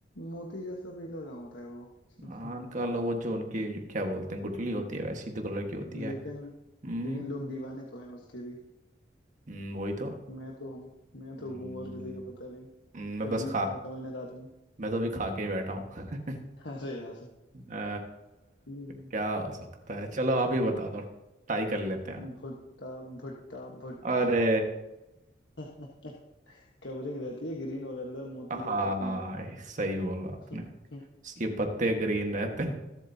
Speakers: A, on the left (about 80°); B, on the right (about 45°).
A: मोती जैसा पीला कहाँ होता है वो <laughs>
B: आम का लो वो जो उनकी क्या बोलते हैं गुठली होती है वैसी तो कलर की होती है
A: लेकिन
B: हम्म
A: लेकिन लोग दीवाने तो हैं उसके भी
B: हम्म, वही तो
A: मैं तो हूँ मैं तो
B: हम्म,
A: हूँ और किसी का पता नहीं
B: मैं
A: कल
B: बस
A: भी
B: खा
A: खाया था मैंने रात में
B: मैं तो अभी खा के ही बैठा हूँ <laughs>
A: <laughs> अरे यार
B: अ,
A: ठीक
B: क्या हो सकता है चलो आप ही बता दो टाई कर लेते हैं
A: है। भुट्टा भुट्टा भुट्टा
B: अरे
A: <laughs> कवरिंग रहती है ग्रीन और अंदर मोती
B: हाँ
A: जैसा पीला
B: सही बोला आपने
A: <laughs>
B: इसके पत्ते ग्रीन रहते हैं